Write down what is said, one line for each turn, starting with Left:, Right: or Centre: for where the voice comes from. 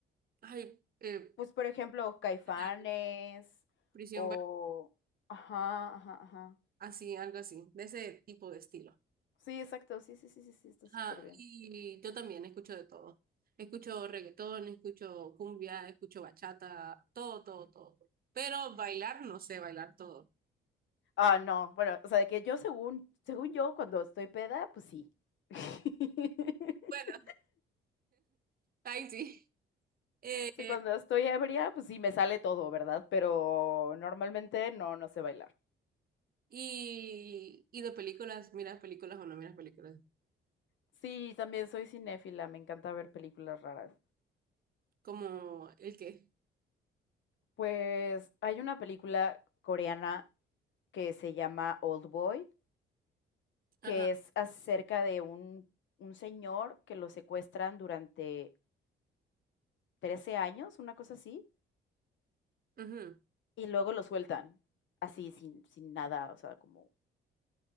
Right: ay, eh,
Left: Pues, por ejemplo, Caifanes
Right: algo así, Prisión,
Left: o...
Right: Bre-
Left: Ajá, ajá, ajá.
Right: así, algo así, de ese tipo de estilo.
Left: Sí, exacto, sí, sí, sí, sí, sí, está súper
Right: Ajá,
Left: bien.
Right: y yo también escucho de todo. Escucho reggaetón, escucho cumbia, escucho bachata, todo, todo, todo. Pero bailar, no sé bailar todo.
Left: Ah, no, bueno, o sea, de que yo según, según yo, cuando estoy peda, pues sí. <laughs>
Right: Bueno, <laughs> ahí sí. Eh,
Left: Sí,
Right: eh,
Left: cuando estoy ebria, pues sí, me sale todo, ¿verdad? Pero normalmente no, no sé bailar.
Right: y, y de películas, ¿miras películas o no miras películas?
Left: Sí, también soy cinéfila, me encanta ver películas raras.
Right: Como el qué.
Left: Pues hay una película coreana que se llama Old Boy,
Right: Ajá.
Left: que es acerca de un, un señor que lo secuestran durante 13 años, una cosa así,
Right: ujú.
Left: y luego lo sueltan, así, sin, sin nada, o sea, como...